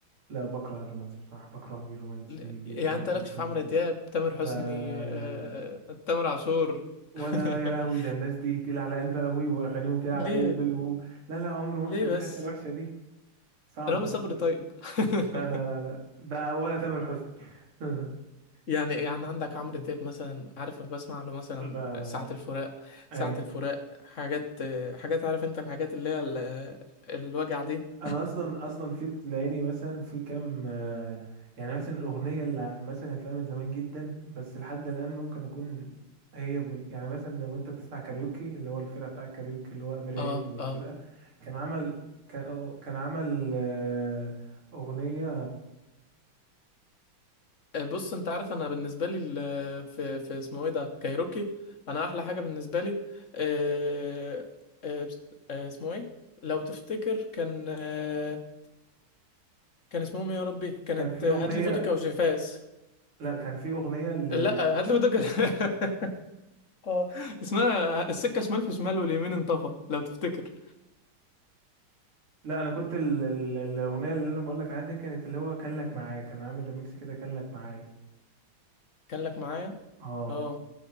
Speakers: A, on the right (about 80°); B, on the left (about 45°).
A: لا بكره الرومانسي بصراحة بكره الرومانسي
B: ل-
A: جدا
B: يعني أنت
A: جدا
B: لكش في
A: جدا
B: عمرو دياب تامر
A: لا
B: حسني
A: لا لا
B: آه...
A: لا
B: آه، تامر عاشور
A: ولا
B: <laughs>
A: يا لهوي ده الناس دي تقيلة على قلبي قوي وأغانيهم تقيلة
B: ليه
A: على قلبي و... لا لا عمري ما رحت
B: ليه
A: للحتة
B: بس
A: الوحشة دي صعب
B: رامي صبري
A: ممكن
B: طيب <laughs>
A: لا لا لا لا ده ولا تامر حسني <laughs>
B: يعني يعني عندك عمرو دياب مثلا عارف أنا بسمع له مثلا
A: لا لا
B: ساعة
A: لا
B: الفراق ساعة
A: أيوه
B: الفراق حاجات حاجات عارف انت الحاجات اللي هي ال- الوجع دي
A: انا اصلا اصلا في تلاقيني مثلا في كام آه، يعني مثلا الاغنيه اللي مثلا هتلاقيها من زمان جدا بس لحد الان ممكن اكون هي بن- يعني مثلا لو انت بتسمع كاريوكي اللي هو الفرقه بتاع الكاريوكي اللي هو امير عيد
B: اه
A: والفرقه
B: اه
A: كان عمل كان أو- كان عمل آه، اغنيه
B: بص انت عارف انا بالنسبة لي ال- في في اسمه ايه ده كايروكي انا احلى حاجة بالنسبة لي آه، آه، بس- آه، اسمه ايه لو تفتكر كان آه، كان اسمهم إيه يا ربي كانت
A: كان في
B: هاتلي
A: اغنيه
B: فودكا وجيفاز
A: لا كان في اغنيه ل...
B: لا هاتلي فودكا <laughs> اه اسمها السكة شمال في شمال واليمين انطفى لو تفتكر
A: لا انا كنت ال... ال- الاغنيه اللي انا بقول لك عليها دي كانت اللي هو كان لك معايا كان عامل ريميكس كده كان لك معايا
B: كان لك معايا
A: اه
B: اه